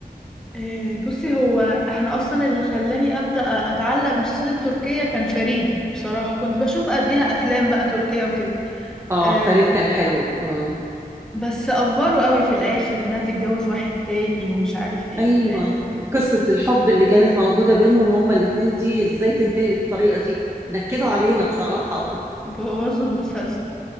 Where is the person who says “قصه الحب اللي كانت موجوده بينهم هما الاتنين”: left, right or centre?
Right